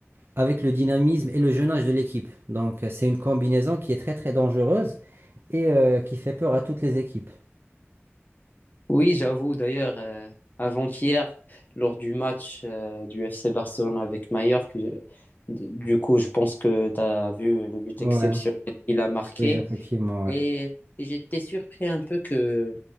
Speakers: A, on the right; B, on the left.
A: avec le dynamisme et le jeune âge de l'équipe. Donc euh, c'est une combinaison qui est très très dangereuse et euh, qui fait peur à toutes les équipes.
B: Oui, j'avoue. D'ailleurs, euh, avant-hier, lors du match euh, du FC Barcelone avec Mallorca, je- du coup, je pense que tu as vu le but
A: Ouais,
B: exceptionnel qu'il a marqué.
A: oui, effectivement, ouais.
B: Et, et j'étais surpris un peu que,